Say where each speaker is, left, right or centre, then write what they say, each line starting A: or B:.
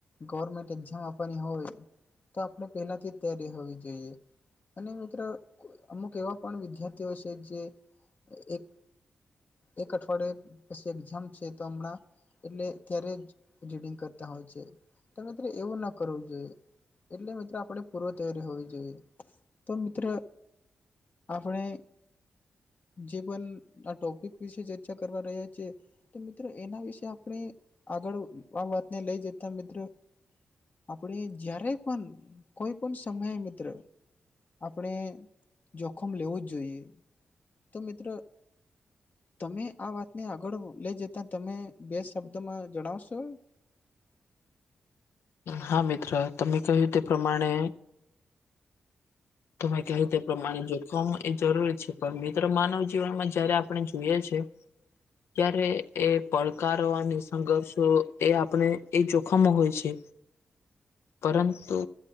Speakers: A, on the left (about 45°); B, on the left (about 80°).
A: ગવર્મેન્ટ એક્ઝામ આપવાની હોય તો આપણે પહેલાથી જ તૈારી હોવી જોઈએ અને મિત્ર અમુક એવા પણ વિદ્યાર્થીઓ છે જે એક એક અઠવાડયે પછી એજામ છે તો હમણાં એટલે ત્યારે જીડિંગ કરતા હોય છે ત ત એવું ના કરવું જોઈએ એટલે મિત્રો આપણે પૂર્વ તૈયારી હોવી જોઈએ તો મિત્રો આપણે જે પણ આ ટોપિક વિશે ચર્ચા કરવા રહ્યા છે. તો મિત્રો એના વિશે આપણે આગળ આ વાતને લઈ જતા મિત્રો આપણે જ્યારે પણ કોઈ પણ સમયે મિત્ર આપણે જોખમ લેવું જ જોઈએ તો મિત્રો તમે આ વાતને આગળ લઈ જતા તમે બે શબ્દમાં જણાવશો
B: હા મિત્ર તમે કહ્યું તે પ્રમાણે તમે કતે પ્રમાણે જોખમ એ જરૂરી છે પણ મિત્રો માનવ જીવનમાં જયારે આપણે જોઈએ છે. ત્યારે એ પડકારવાની સંઘર્ષો એ આપણે એ જોખમો હોય છે.
A: <inaudible>
B: પરંતુ